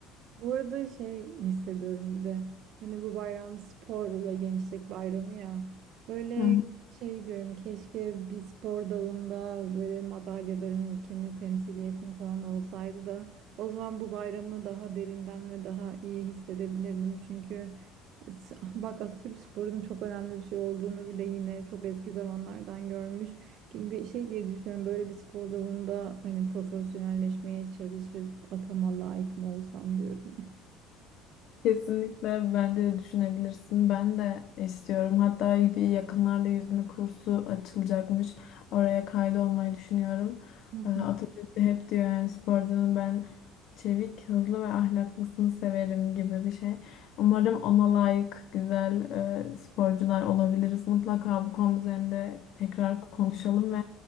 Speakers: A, on the right (about 65°); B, on the left (about 60°).
A: Bu arada şey hissediyorum bir de hani bu bayram spor ve gençlik bayramı ya böyle
B: Hı.
A: şey diyorum keşke bir spor dalında böyle madalyalarım ülkemi temsiliyetim falan olsaydı da o zaman bu bayramı daha derinden ve daha iyi hissedebilirdim çünkü <laughs> Bak Atatürk sporunun çok önemli bir şey olduğunu bile yine çok eski zamanlardan görmüş. Ve şey diye düşünüyorum böyle bir spor dalında hani profesyonelleşmeye çalışıp atama layık mı olsam diyorum.
B: Kesinlikle bence de düşünebilirsin. Ben de istiyorum. Hatta bir yakınlarda yüzme kursu açılacakmış. Oraya kaydolmayı düşünüyorum.
A: Hı
B: Ee, Atatürk
A: hı.
B: de hep diyor yani sporcunun ben çevik, hızlı ve ahlaklısını severim gibi bir şey. Umarım ona layık güzel e, sporcular olabiliriz. Mutlaka bu konu üzerinde tekrar konuşalım ve